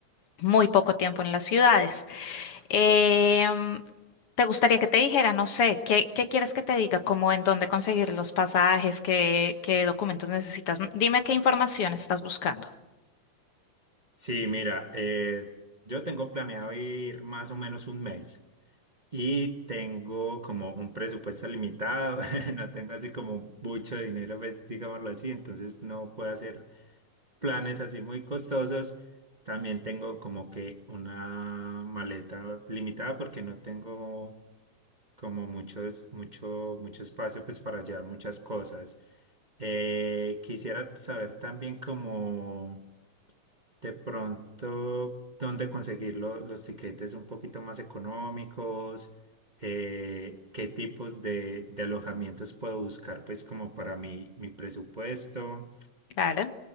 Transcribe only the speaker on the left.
muy poco tiempo en las ciudades. Em, ¿te gustaría que te dijera, no sé, qué, qué quieres que te diga, como en dónde conseguir los pasajes, qué, qué documentos necesitas? Dime qué información estás buscando.
Claro.